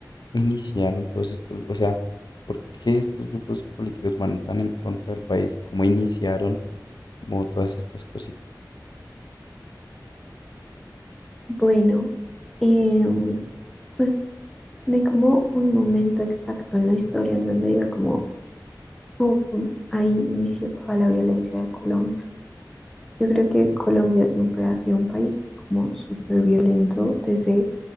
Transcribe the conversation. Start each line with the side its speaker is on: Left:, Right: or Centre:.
Left: iniciaron todos estos, o sea, por qué estos grupos políticos van tan en contra del país, cómo iniciaron como todas estas cositas.
Centre: Bueno, em, pues no hay como un momento exacto en la historia en donde diga como, pum, ahí inició toda la violencia de Colombia. Yo creo que Colombia siempre ha sido un país como súper violento desde